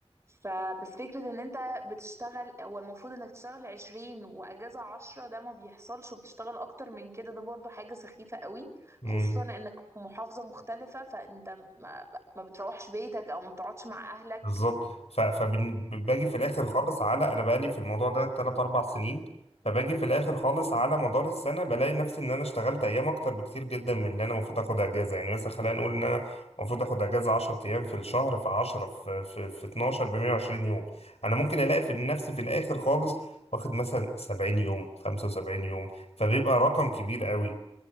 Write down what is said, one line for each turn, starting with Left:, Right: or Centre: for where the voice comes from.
Right: فبس فكرة ان انت بتشتغل هو المفروض انك تشتغل عشرين واجازة عشرة ده ما بيحصلش وبتشتغل اكتر من كده ده برضو حاجة سخيفة قوي
Left: مم.
Right: خصوصا انك في محافظة مختلفة فانت ما, ما بتروحش بيتك او ما بتقعدش مع اهلك
Left: بالظبط فباجي في الاخر
Right: مم.
Left: خالص على انا بقالي في الموضوع ده 3 4 سنين فباجي في الاخر خالص على مدار السنه بلاقي نفسي ان انا اشتغلت ايام اكتر بكتير جدا من اللي انا المفروض اخد اجازه يعني مثلا خلينا نقول ان انا المفروض اخد اجازه 10 ايام في الشهر في 10 في في, في 12 ب 120 يوم انا ممكن الاقي في نفسي في الاخر خالص واخد مثلا 70 يوم 75 يوم فبيبقى رقم كبير قوي